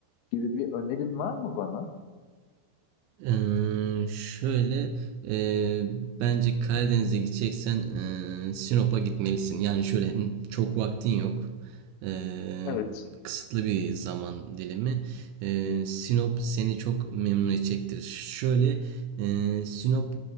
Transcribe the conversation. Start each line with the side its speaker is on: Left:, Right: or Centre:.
Left: gibi bir önerin var mı bana?
Right: Ee, şöyle e, bence Karadeniz'e gideceksen e, Sinop'a gitmelisin. Yani şöyle hı, çok vaktin yok. Ee,
Left: Evet.
Right: kısıtlı bir zaman dilimi. Ee, Sinop seni çok memnun edecektir. Şöyle e, Sinop